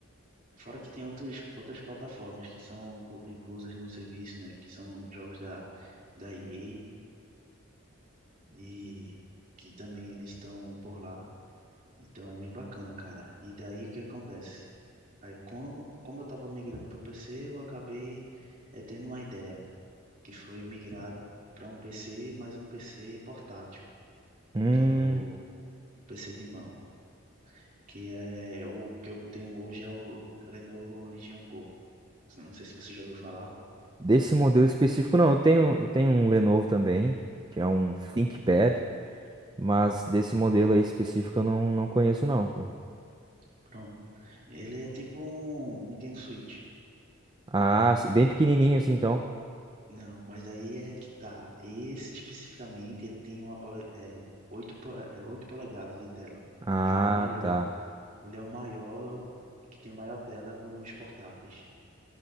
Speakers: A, on the right (about 40°); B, on the right (about 20°).
A: fora que tem outros, outras plataformas que são inclu- inclusas no serviço, né, que são jogos da, da EA e que também eles estão por lá. Então é bem bacana, cara. E daí o que acontece? Aí, como, como eu estava migrando para o PC, eu acabei eh, tendo uma ideia, que foi migrar para um PC, mas um PC portátil,
B: Hum.
A: que é o, o PC de mão, que é o que eu tenho hoje é o Lenovo Legion Go. Não sei se você já ouviu falar.
B: Desse modelo específico, não. Eu tenho, eu tenho um Lenovo também, que é um ThinkPad, mas desse modelo aí específico eu não, não conheço, não.
A: Pronto. Ele é tipo um Nintendo Switch.
B: Ah, sim, bem pequenininho assim, então.
A: Não, mas daí é que tá. Esse especificamente, ele tem uma, pole- é, 8, po- é, 8 polegadas de tela.
B: Ah,
A: Ele é o maior,
B: tá.
A: ele é o maior, que tem a maior tela dos portáteis.